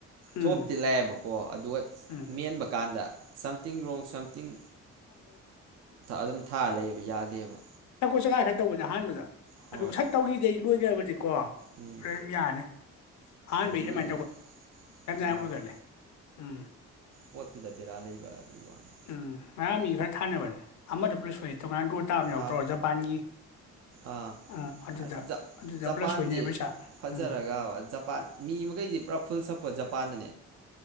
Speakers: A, on the left; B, on the right.
A: ꯎꯝ
B: ꯊꯣꯛꯇꯤ ꯂꯥꯛ ꯑꯦꯕꯀꯣ ꯑꯗꯨꯒ
A: ꯎꯝ
B: ꯃꯦꯟꯕꯀꯥꯟꯗ ꯁꯝꯊꯤꯡ ꯔꯣꯡ ꯁꯝꯊꯤꯡ
A: <inaudible>
B: ꯑꯗꯨꯝ ꯊꯥ ꯂꯩꯌꯦꯕ ꯌꯥꯗꯦꯕ
A: ꯇ꯭ꯔꯥꯏ ꯍꯥꯟꯅ ꯇꯧꯕꯅꯦ ꯑꯍꯥꯟꯕꯗ
B: ꯍꯣꯏ
A: ꯑꯗꯨ ꯁꯠ ꯇꯧꯒꯤꯗꯩ <inaudible> ꯀꯣ
B: ꯎꯝ
A: ꯑꯗꯨꯝ ꯌꯥꯅꯤ ꯑꯍꯥꯟꯕꯁꯦ
B: ꯑꯗꯨꯒꯤꯅꯦꯕ
A: ꯑꯗꯨꯃꯥꯏ
B: ꯌꯥꯗ
A: ꯌꯥꯝ ꯇꯧꯒꯜꯂꯦ ꯎꯝ
B: ꯄꯣꯠꯇꯨꯗ ꯕꯦꯔꯥ ꯂꯩꯕ ꯑꯗꯨꯒꯤ ꯋꯥꯅꯤ
A: ꯎꯝ ꯉꯔꯥꯡ ꯃꯤ ꯈꯔ ꯊꯥꯅꯕꯅꯦ ꯑꯃꯗ ꯄꯨꯂꯞ ꯁꯣꯏ ꯇꯣꯉꯥꯟꯅ ꯗ꯭ꯔꯣ ꯇꯥꯕ ꯌꯥꯎꯗ꯭ꯔꯣ
B: ꯑꯥ
A: ꯖꯄꯥꯟꯒꯤ
B: ꯑꯥ
A: ꯎꯝ ꯑꯗꯨꯗ
B: ꯑꯁ ꯑꯥ
A: ꯑꯗꯨꯗ
B: ꯖꯄꯥꯟꯁꯦ
A: ꯄꯨꯂꯞ ꯁꯣꯏꯅꯩ ꯄꯩꯁꯥ
B: ꯐꯖꯔꯒ
A: ꯎꯝ
B: ꯖꯄꯥꯟ ꯃꯤ ꯃꯈꯩꯁꯤ ꯄꯨꯔꯥ ꯐꯨꯜ ꯁꯞꯄꯣꯔꯠ ꯖꯄ <inaudible>